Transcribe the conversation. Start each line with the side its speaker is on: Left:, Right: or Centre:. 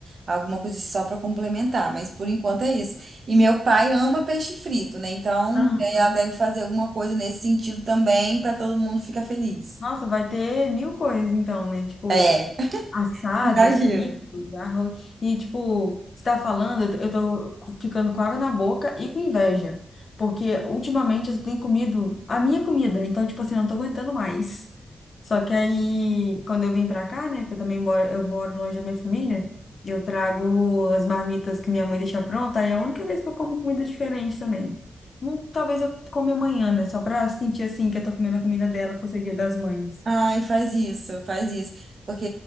Right: alguma coisa assim, só para complementar, mas por enquanto é isso. E meu pai ama peixe frito, né? Então
Left: Aham.
Right: é, ela deve fazer alguma coisa nesse sentido também para todo mundo ficar feliz.
Left: Nossa, vai ter mil coisas então, né? Tipo,
Right: É, <laughs>
Left: Assado, frito,
Right: exagero.
Left: arroz. E, tipo, você tá falando, eu tô ficando com água na boca e com inveja. Porque ultimamente eu tenho comido a minha comida. Então, tipo assim, eu não tô aguentando mais. Só que aí, quando eu vim pra cá, né? Que eu também moro, eu moro longe da minha família. Eu trago as marmitas que minha mãe deixa pronta. Aí é a única vez que eu como comida diferente também. Hum, Talvez eu come amanhã, né? Só pra sentir, assim, que eu tô comendo a comida dela por ser dia das mães.
Right: Ai, faz isso, faz isso. Porque,